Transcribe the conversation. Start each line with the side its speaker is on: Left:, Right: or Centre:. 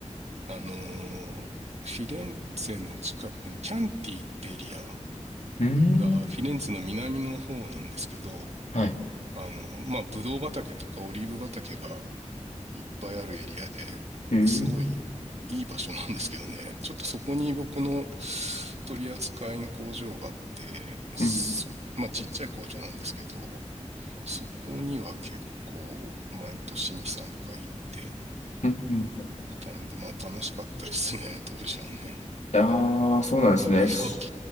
Right: あのーフィレンツェの近くにキャンティってエリア
Left: うーん、
Right: がフィレンツェの南の方なんですけど、
Left: はい。
Right: あの、まあ、ブドウ畑とかオリーブ畑がいっぱいあるエリアで、
Left: うーん、
Right: すごいいい場所なんですけどね、ちょっとそこに僕の取り扱いの工場があって、そ、
Left: うん、
Right: まあ、ちっちゃい工場なんですけど、そこには結構毎年2、3回行って
Left: うん、うん。
Right: たんで、まあ、楽しかったですね、当時はね。
Left: ああ、そうなんですね。
Right: いろいろ。
Left: し